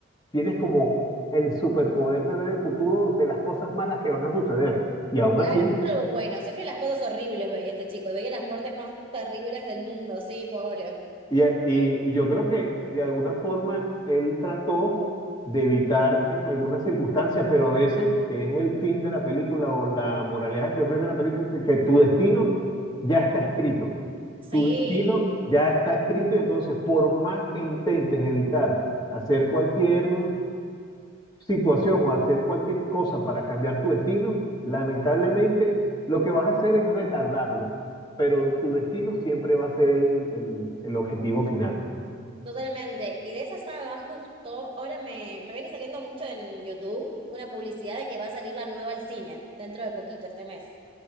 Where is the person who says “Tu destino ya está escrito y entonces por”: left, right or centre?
Left